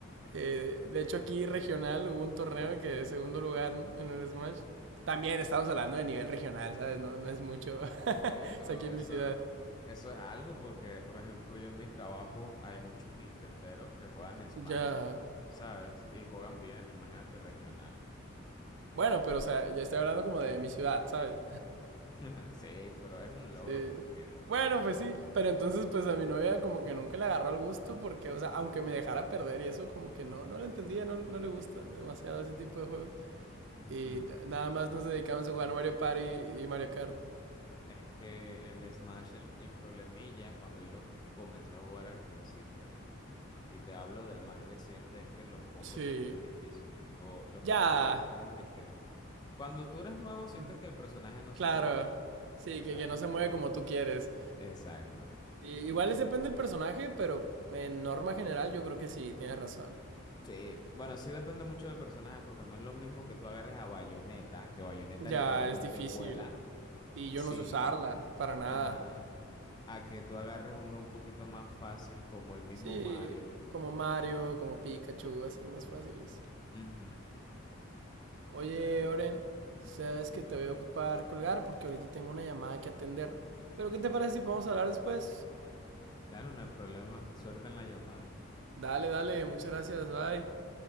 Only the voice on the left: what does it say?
<laughs>
Oye, pero
eso,
eso es algo porque, por ejemplo, yo en mi trabajo hay muchos nintenderos que juegan Smash,
¿sabes? Y juegan bien, imagínate regional.
<laughs> Sí, pero es un logro
como quiera.
Ujú.
Es que el Smash, el, el problemilla, cuando yo lo comencé a jugar al principio, y te hablo del más reciente, es que los combos
son muy difíciles, o los
personajes no tienen disque. Cuando tú eres nuevo, sientes
que el personaje no
se mueve tanto,
¿sabes?
Exacto.
Sí, bueno, sí depende mucho del personaje, porque no es lo mismo que tú agarres a Bayonetta, que Bayonetta
literalmente
vuela.
Sí,
Ajá. a que tú agarres uno un poquito más fácil como el mismo
Mario.
Ujú, ujú.
Pero nada.
ujú.
Claro, no hay problema. Suerte en la llamada.